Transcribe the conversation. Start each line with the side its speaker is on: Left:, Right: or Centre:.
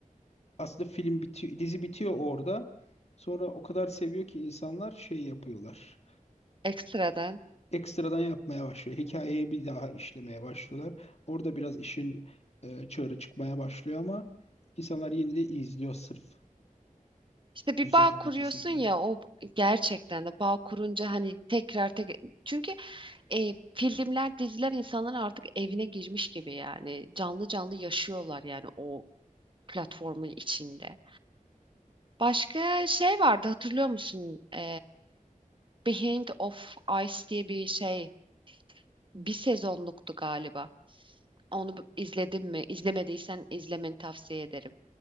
Left: aslında film bitiyor dizi bitiyor orada. Sonra o kadar seviyor ki insanlar şey yapıyorlar.
Right: ekstradan.
Left: Ekstradan yapmaya başlıyor. Hikayeyi bir daha işlemeye başlıyorlar. Orada biraz işin e, çığırı çıkmaya başlıyor ama insanlar yine de izliyor sırf
Right: İşte bir
Left: güzel
Right: bağ kuruyorsun
Left: bir dizi diye.
Right: ya o gerçekten de bağ kurunca hani tekrar tekrar çünkü e, filmler diziler insanların artık evine girmiş gibi yani canlı canlı yaşıyorlar yani o platformun içinde. Başka şey vardı hatırlıyor musun? E, Behind of Ice diye bir şey bir sezonluktu galiba. Onu izledin mi? İzlemediysen izlemeni tavsiye ederim.